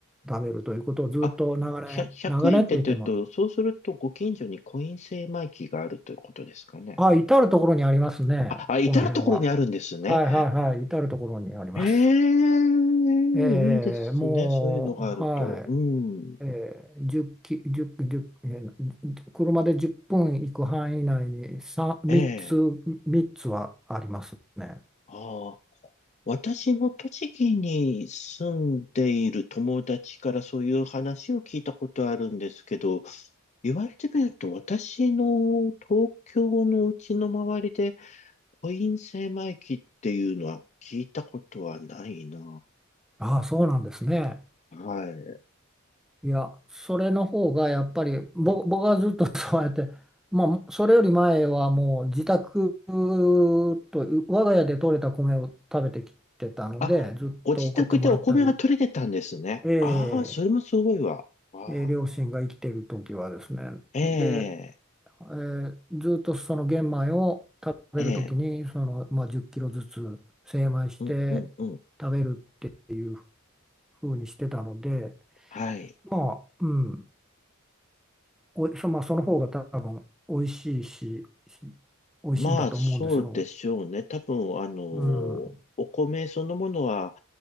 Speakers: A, in the centre; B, on the left.
A: 食べるということをずっと長年、
B: あ、ひゃ100円でって言うと、
A: 長年って言っても、
B: そうするとご近所にコイン精米機があるということですかね。
A: あ、至るところにありますね、
B: あ、あ、至るところにあるんですね。
A: この辺は。はいはいはい、至るところにあります。
B: ええ、
A: えーもう、
B: いいですね。そういうのがあると。
A: は
B: うん。
A: い、えー、1キ、10、じゅうえー車で10分行く範囲内に3、3つ、
B: ええ。
A: 3つはありますね。
B: ああ。私も栃木に住んでいる友達からそういう話を聞いたことあるんですけど、言われてみると、私の東京のうちの周りで、コイン精米機っていうのは聞いたことはないな
A: ああ、そうなんですね。
B: はい。
A: いや、それの方がやっぱり、ぼ、僕はずっと <laughs> そうやって、まあ、それより前はもう自宅と、我が家で採れた米を食べてきてたので、
B: あ、
A: ずっと送ってもらったり、
B: ご自宅でお米が取れてたんですね。
A: え
B: ああ、それもすごいわ。ああ、
A: ーえー両親が生きてる時はですね、
B: ええ、
A: でえーずっとその玄米を食べるときにその、
B: ええ、
A: まあ、10キロずつ精米して
B: うん、うん、うん。
A: 食べるっていうふうにしてたので
B: はい。
A: まあうんおいそ、まあ、その方が多分美味しいしし美味しいんだと思うんですよ。
B: まあ、そうでしょうね。多分、あの、お米そのものは、
A: うん